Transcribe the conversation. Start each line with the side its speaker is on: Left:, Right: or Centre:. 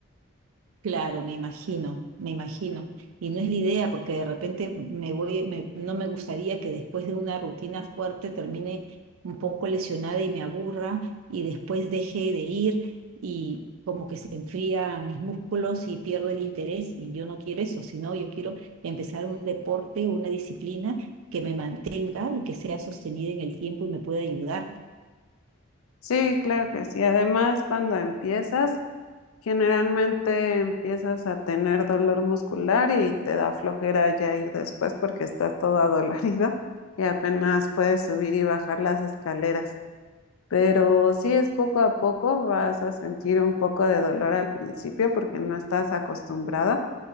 Right: Claro, me imagino, me imagino. Y no es la idea, porque de repente me voy, me- no me gustaría que después de una rutina fuerte termine un poco lesionada y me aburra y después deje de ir y como que se enfría mis músculos y pierdo el interés y yo no quiero eso, sino yo quiero empezar un deporte, una disciplina que me mantenga y que sea sostenida en el tiempo y me pueda ayudar.
Left: Sí, claro que sí. Además, cuando empiezas, generalmente empiezas a tener dolor muscular y te da flojera ya ir después porque estás toda dolorido <laughs> y apenas puedes subir y bajar las escaleras. Pero sí es poco a poco, vas a sentir un poco de dolor al principio porque no estás acostumbrada